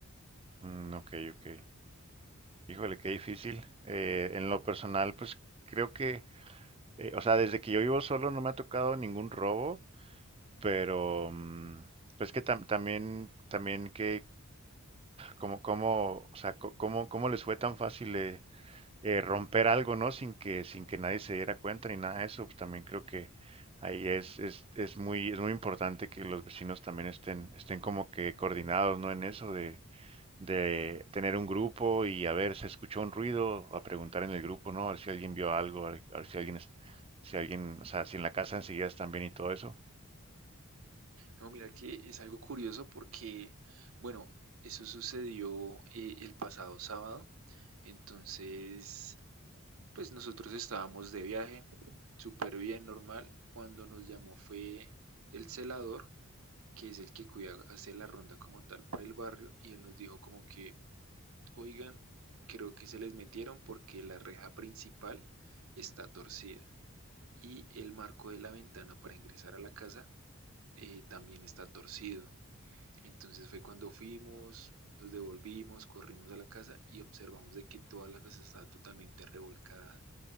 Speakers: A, on the right (about 25°); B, on the right (about 70°).
A: Mm, ok, ok. Híjole, qué difícil. Eh, en lo personal, pues creo que, eh, o sea, desde que yo vivo solo no me ha tocado ningún robo, pero mm, pues que tam- también, también que, como, como, o sea, co- cómo, cómo les fue tan fácil eh, eh, romper algo, ¿no? Sin que, sin que nadie se diera cuenta ni nada de eso, pues también creo que ahí es, es, es muy, es muy importante que los vecinos también estén, estén como que coordinados, ¿no? En eso de, de tener un grupo y a ver, se escuchó un ruido, a preguntar en el grupo, ¿no? A ver si alguien vio algo, a ver, a ver si alguien, es- si alguien, o sea, si en la casa enseguida están bien y todo eso.
B: No, mira que es algo curioso porque, bueno, eso sucedió eh, el pasado sábado, entonces, pues nosotros estábamos de viaje, súper bien, normal, cuando nos llamó fue el celador que es el que cuida, hace la ronda como tal por el barrio, y él nos dijo como que Oigan, creo que se les metieron porque la reja principal está torcida y el marco de la ventana para ingresar a la casa eh, también está torcido. Entonces fue cuando fuimos, nos devolvimos, corrimos a la casa y observamos de que toda la casa estaba totalmente revolcada,